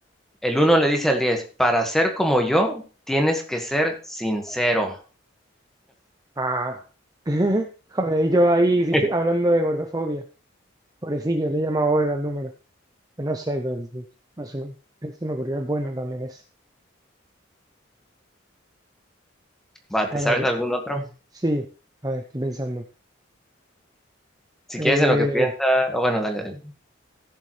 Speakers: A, in the centre; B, on the right (about 20°).
A: el uno le dice al 10 para ser como yo, tienes que ser sincero.
B: Ah, <laughs> joder, y yo ahí
A: <laughs>
B: dice- hablando de gordofobia. Pobrecillo, le he llamado gorda al número. Pero No sé, pero sí, no sé, se me ocurrió, es bueno también ese.
A: Va, ¿te
B: A
A: sabes
B: ver,
A: algún otro?
B: sí, a ver, estoy pensando.
A: Si
B: Eh,
A: quieres en lo que piensas, oh, bueno, dale, dale.